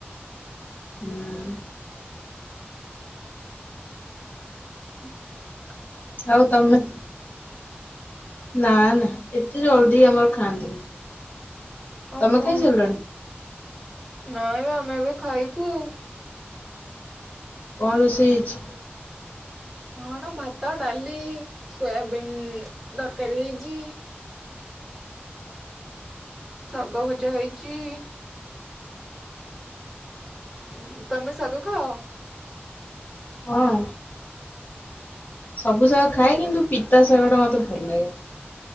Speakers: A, on the left; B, in the centre.
A: ହୁଁ।
B: ଉଁ ହୁଁ।
A: ଆଉ ତମେ ନା ନା ଏତେ ଜଲଦି ଆମର ଖାଆନ୍ତିନି।
B: ଓହୋ
A: ତମେ ଖାଇସାରିଲଣି?
B: ନାଇଁ ବାଆମେ ଏବେ ଖାଇବୁ।
A: କଣ ରୋଷେଇ ହେଇଚି?
B: ହଁଣ ଭାତ ଡାଲି ସୋୟାବିିନ୍ ଦରକାରୀ ହେଇଜି। ଶାଗ ଭଜା ହେଇଛି। ଉଁ ତମେ ଶାଗ ଖାଅ?
A: ହଁ। ସବୁ ଶାଗ
B: ଉଁ
A: ଖାଏ କିନ୍ତୁ ପିତା ଶାଗ ଟା ମତେ ଭଲ ଲାଗେନି।